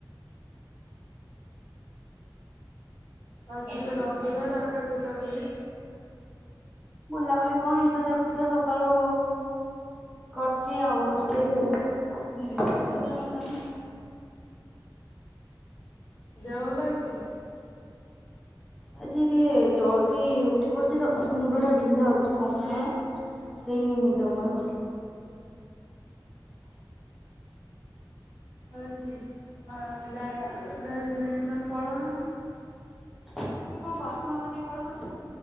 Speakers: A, on the left; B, in the centre.
A: ହଁଜି ସ ରବିିବ ତା କଡ ବୁଲାବୁଲି
B: ବୁଲାବୁଲି କଣ ଏଇ ତ ଦେଖୁଛ ସକାଳୁ। କରଚି ଆଉ ରୋଷେଇ ଆଉ ତୁ ଯୋଟା ଲଗାନି।
A: ଦେହ ଭଲ ଅଛି?
B: ଆଜି ଟିକେ ଜଲଦି ଉଠି ପଡିଛି ତ, ମୁଣ୍ଡ ଟା ବିନ୍ଧା ହଉଛି କମ୍ପ୍ଲିଟ ହେଇନି ନିଦମର।
A: ଆଉ ଆସିବି ହଁ, ଯା ରେସ୍ ନେଇକି ନହେଲେ ପଳଉନ।
B: ତ କଣ କରଛ ମତେ ଟିକେ କିହିବୁନି?